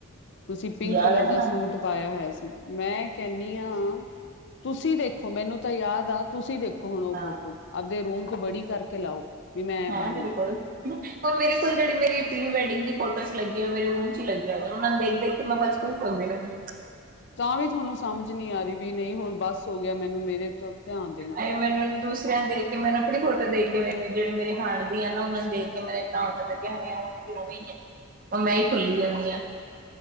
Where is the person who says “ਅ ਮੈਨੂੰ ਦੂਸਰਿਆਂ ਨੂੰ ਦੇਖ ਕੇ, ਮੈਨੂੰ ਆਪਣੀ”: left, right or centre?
Right